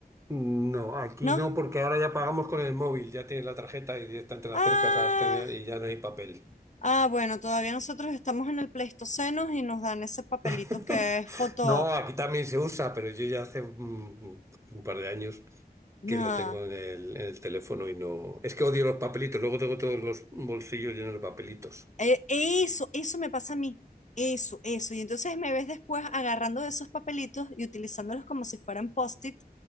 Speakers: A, on the right; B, on the left.
A: no, aquí
B: ¿no?
A: no, porque ahora ya pagamos con el móvil, ya tienes la tarjeta y directamente la
B: Ah,
A: acercas al terminal y ya no hay papel.
B: ah, bueno, todavía nosotros estamos en el Pleistoceno y nos dan ese papelito
A: <laughs>
B: que es foto.
A: No, aquí también se usa, pero yo ya hace mm, un par de años
B: nah,
A: que lo tengo en el, en el teléfono y no... Es que odio los papelitos, luego tengo todos los bolsillos llenos de papelitos.
B: Eh, eso, eso me pasa a mí. Eso, eso. Y entonces me ves después agarrando de esos papelitos y utilizándolos como si fueran post-it